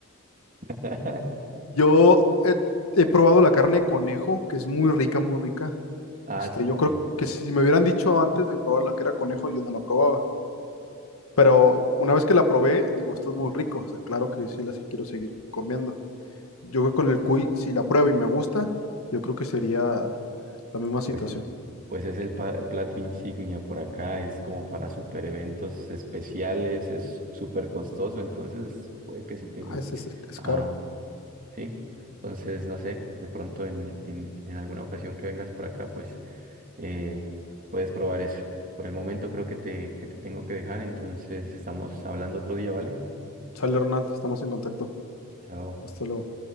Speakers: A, on the right; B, on the left.
A: <laughs>
B: Yo he, he probado la carne de conejo, que es muy rica, muy rica.
A: Ah,
B: Este,
A: sí,
B: yo creo
A: sí.
B: que si me hubieran dicho antes de probar la que era conejo, yo no la probaba. Pero una vez que la probé, digo, esto es muy rico. O sea, claro que sí la se- quiero seguir comiendo. Yo creo que con el cuy, si la pruebo y me gusta, yo creo que sería la misma situación.
A: Pues Pues es el pa- plato insignia por acá, es como para super eventos especiales, es súper costoso, entonces puede que sí te
B: Ah,
A: guste.
B: es, es, es
A: Ah,
B: caro.
A: sí. Entonces, no sé, de pronto en, en, en alguna ocasión que vengas por acá, pues eh, puedes probar eso. Por el momento creo que te, que te tengo que dejar, entonces estamos hablando otro día, ¿vale?
B: Sale Hernán, estamos en contacto.
A: Chao.
B: Hasta luego.